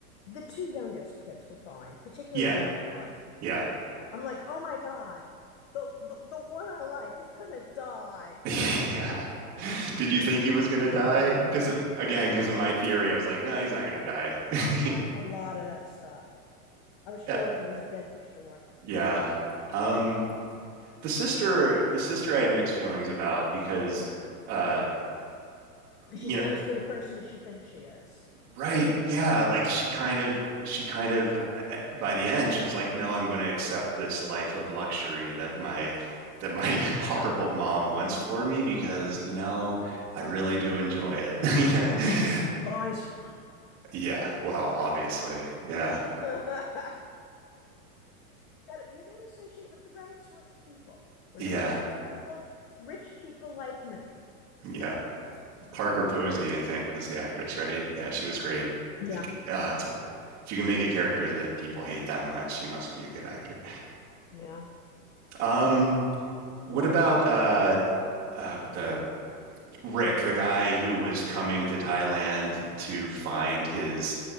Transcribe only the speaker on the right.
Yeah,
yeah.
<laughs> Yeah. Did you think he was gonna die? Because again,
because
of my theory, I was like, no, he's not gonna die. <laughs>
Yeah,
yeah. Um, the sister, the sister, I had mixed feelings about because,
uh,
you
know,
right? Yeah, like she kind of, she kind of, uh, by the end, she was like, no, I'm going to accept this life of luxury that my that my <laughs> horrible mom wants for me because, you know, I really do enjoy it. <laughs> You know?
Yeah. Well, obviously,
yeah.
Yeah,
yeah. Parker Posey, I think, was the actress, right? Yeah, she was great.
Like, uh,
it's, if you can make a character that people hate that much, you must be a good actor.
Um, what about uh, uh, the Rick, the guy who was coming to Thailand to find his